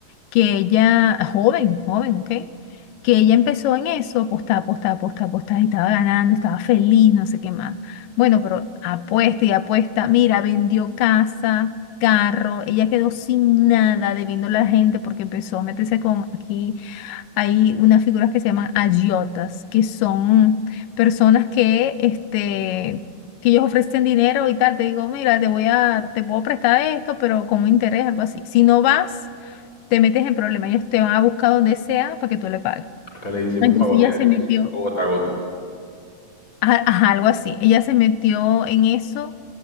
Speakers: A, on the left (about 85°); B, on the left (about 25°).
A: que ella, ah, joven, joven, ¿ok? Que ella empezó en eso, apostar, apostar, apostar, apostar, y estaba ganando, estaba feliz, no sé qué más. Bueno, pero apuesta y apuesta, mira, vendió casa, carro, ella quedó sin nada debiéndole a la gente porque empezó a meterse con, aquí hay unas figuras que se llaman agiotas, que son personas que, este... que ellos ofrecen dinero y tal, te digo, mira, te voy a, te puedo prestar esto, pero con un interés, algo así. Si no vas, te metes en problemas, ellos te van a buscar donde sea para que tú le pagues.
B: Acá le decimos
A: Entonces
B: pago
A: ella
B: diarios,
A: se metió,
B: o gota a gota,
A: ajá, ajá, algo así, ella se metió en eso